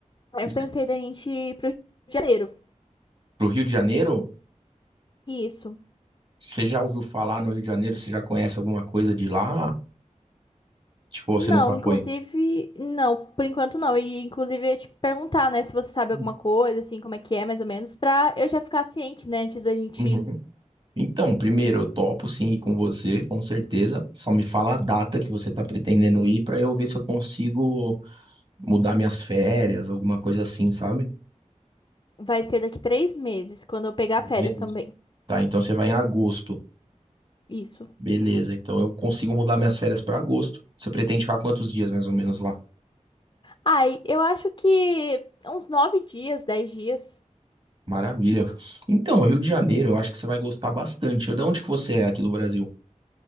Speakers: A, on the left (about 40°); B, on the right (about 40°).
A: eu
B: Isso
A: pensei
B: é
A: da gente ir pro Rio de Janeiro.
B: Pro Rio de Janeiro?
A: Isso.
B: Você já ouviu falar no Rio de Janeiro? Você já conhece alguma coisa de lá? Tipo,
A: Não,
B: você nunca
A: inclusive,
B: foi?
A: não, por enquanto não. E inclusive eu ia te perguntar, né, se você sabe
B: Hum,
A: alguma coisa, assim, como é que é, mais ou menos, pra eu já ficar ciente, né, antes da gente
B: uhum.
A: ir.
B: Então, primeiro, eu topo sim ir com você, com certeza. Só me fala a data que você tá pretendendo ir pra eu ver se eu consigo mudar minhas férias, alguma coisa assim, sabe?
A: Vai ser daqui três meses, quando eu pegar férias
B: Meses.
A: também.
B: Tá, então você vai em agosto.
A: Isso.
B: Beleza, então eu consigo mudar minhas férias para agosto. Você pretende ficar quantos dias mais ou menos lá?
A: Ai, eu acho que uns nove dias, dez dias,
B: Maravilha. Então, Rio de Janeiro, eu acho que você vai gostar bastante. De onde que você é aqui do Brasil?